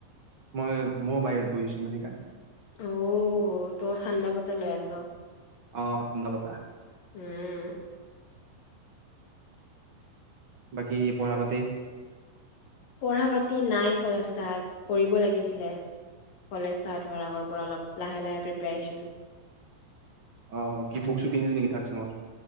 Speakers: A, on the right; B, on the left.
A: মই মো বাহিৰত বহিছো মানে সেইকাৰণে?
B: অ তই ঠাণ্ডা বতাহ লৈ আছ।
A: আহ ঠাণ্ডা বতাহ?
B: উম
A: বাকী পঢ়া পাতি।
B: পঢ়া পাতি নাই কৰা ষ্টাৰ্ট কৰিব লাগিছিলে কলেজ ষ্টাৰ্ট হোৱাৰ আগৰ পৰা অলপ লাহে লাহে প্ৰিপাৰেচন?
A: অ কি বুকচুক কিনিলি নেকি থাৰ্ড চেমৰ।